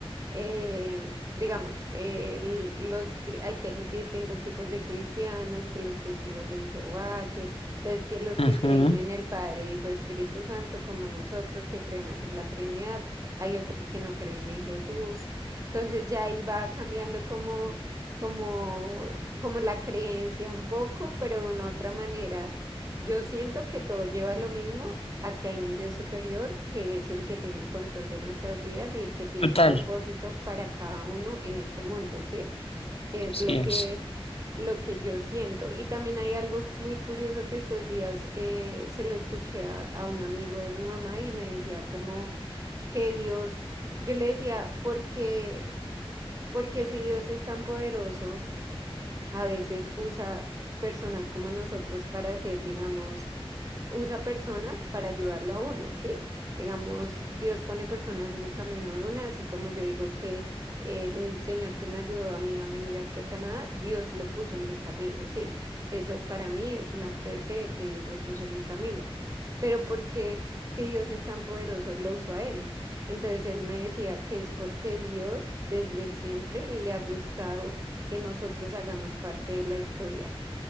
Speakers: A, on the right; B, on the left.
A: eh, digamos, eh, l- los, cri- hay te- distintos tipos de cristianos, que los testigos de Jehová, que, entonces que los que
B: Ujú,
A: creen en el Padre, Hijo, Espíritu Santo, como nosotros que creemos en la Trinidad, hay otros que no creen en Jesús. Entonces ya ahí va cambiando como, como, como la creencia un poco, pero de una otra manera. Yo siento que todo lleva a lo mismo aquí hay un Dios superior que es el que tiene el control de nuestras vidas y el que tiene
B: total,
A: un propósito para cada uno en este mundo, ¿sí? Que es
B: sí
A: lo
B: es.
A: que, lo que yo siento. Y también hay algo muy curioso que estos días eh, se lo escuché a, a un amigo de mi mamá y me decía como que Dios, yo le decía, porque, porque si Dios es tan poderoso, a veces usa personas como nosotros para hacer, digamos, usa personas para ayudarlo a uno, ¿sí? Digamos, Dios pone personas en el camino de una, así como yo digo que el Señor que me ayudó a mí a venir aquí a Canadá, Dios lo puso en mi camino, ¿sí? Eso para mí es un acto de fe de que Dios lo puso en mi camino. Pero porque si Dios es tan poderoso, lo usó a él. Entonces él me decía que es porque Dios desde siempre le ha gustado que nosotros hagamos parte de la historia